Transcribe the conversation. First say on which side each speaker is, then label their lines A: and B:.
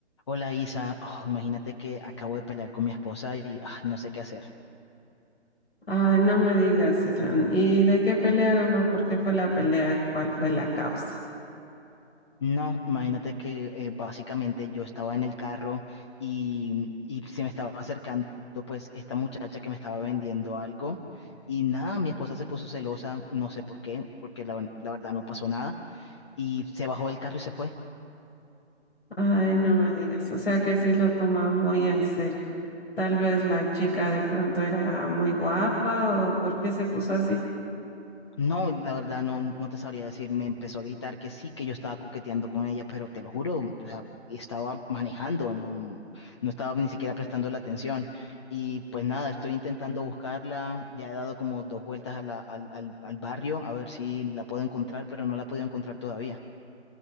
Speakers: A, on the left; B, on the left.
A: Hola Isa, Oh, imagínate que acabo de pelear con mi esposa y ah, no sé qué hacer.
B: Ay, no me digas, Ethan. ¿Y de qué pelearon o por qué fue la pelea? ¿Cuál fue la causa?
A: No, imagínate que eh, básicamente yo estaba en el carro y, y se me estaba acercando pues esta muchacha que me estaba vendiendo algo y nada, mi esposa se puso celosa, no sé por qué, porque la, la verdad no pasó nada y se bajó del carro y se fue.
B: Ay, no me digas. O sea que sí lo toma muy en serio. Tal vez la chica de pronto era muy guapa o por qué se puso así.
A: No, la verdad no, no te sabría decir, me empezó a gritar que sí, que yo estaba coqueteando con ella, pero te lo juro, o sea, estaba manejando, no, no estaba ni siquiera prestando la atención. Y pues nada, estoy intentando buscarla, ya he dado como dos vueltas a la- al, al, al barrio a ver si la puedo encontrar, pero no la he podido encontrar todavía.